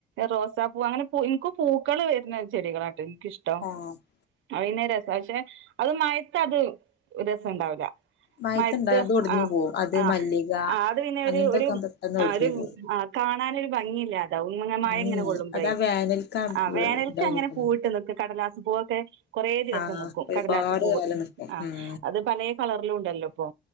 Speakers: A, on the right; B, on the left.
A: റോസപ്പൂ അങ്ങനെ പു ഇൻക്ക് പൂക്കള് വെര്ന്ന ചെടികളാണ്ട് ട്ടോ എനിക്കിഷ്ട്ടം.
B: ആഹ്
A: അഹ് പിന്നെ രസം പക്ഷെ അത് മഴയത്ത് അത് ഒരു രസം ഉണ്ടാവൂല
B: മയത്തുണ്ടാവും
A: മയത്ത്
B: അത് ഒടിഞ്ഞു
A: ആഹ്
B: പോവും അത്
A: ആഹ്
B: മല്ലിക
A: ആഹ് അത് പിന്നെ
B: അങ്ങനത്തൊക്കെ
A: ഒര് ഒര്
B: പെട്ടെന്ന് ഒടിഞ്ഞു
A: ആ ഒര്
B: പോവും
A: ആഹ് കാണാനൊരു ഭംഗിയില്ല അങ്ങനെ മഴങ്ങനെ
B: ഉം
A: കൊള്ളുമ്പഴേ.
B: അതാ വേനൽക്കാ
A: ആ വേനൽക്ക്‌
B: ഇതാ
A: അങ്ങനെ
B: നിക്കും
A: പൂവിട്ട് നിക്ക്- കടലാസ്പൂവൊക്കെ കൊറേ ദിവസം
B: ആഹ്
A: നിക്കും.
B: ഒരുപാട്
A: കടലാസ്പൂവ്
B: കാലം നിക്കും
A: ആഹ്
B: ഉം
A: അത് പലേ കളർലുണ്ടല്ലോ ഇപ്പൊ